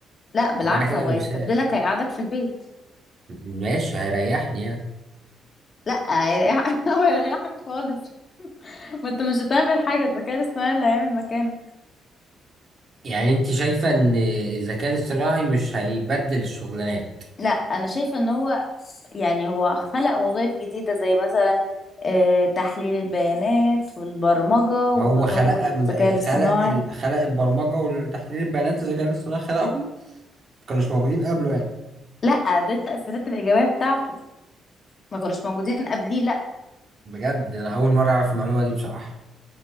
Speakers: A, on the left (about 40°); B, on the right (about 45°).
A: لا بالعكس
B: معنى كده
A: هو
B: انه
A: هيستبدلك
B: بيساعد
A: هيقعدك في البيت
B: ماشي هيريحني يعني
A: لا هيريح- <laughs> هو هيريحك خالص ما انت مش هتعمل حاجة الذكاء الاصطناعي اللي هيعمل مكانك
B: يعني انت شايفة ان الذكاء الاصطناعي مش هيبدل الشغلانات
A: لا انا شايفه ان هو يعني هو خلق وظائف جديده زي مثلا آه، تحليل البيانات والبرمجه
B: هو
A: وتطور
B: خلق
A: الذكاء
B: م-
A: الاصطناعي
B: خلق ال- خلق البرمجة والتحليل البيانات الذكاء الاصطناعي خلقهم ما كانوش موجودين قبله يعني
A: لا ده التاثيرات الايجابيه بتاعته ما كناش موجودين قبليه لا
B: بجد انا اول مرة اعرف المعلومة دي بصراحة